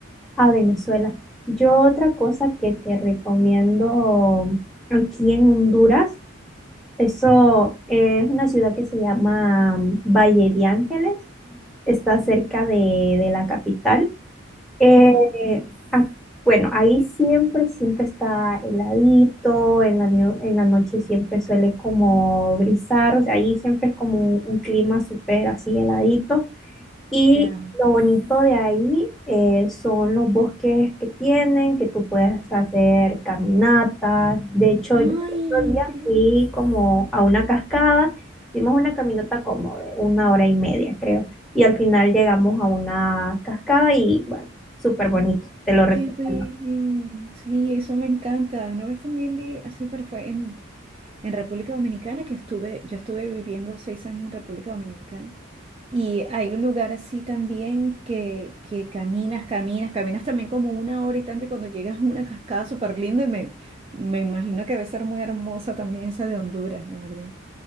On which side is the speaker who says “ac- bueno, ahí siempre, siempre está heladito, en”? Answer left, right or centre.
Centre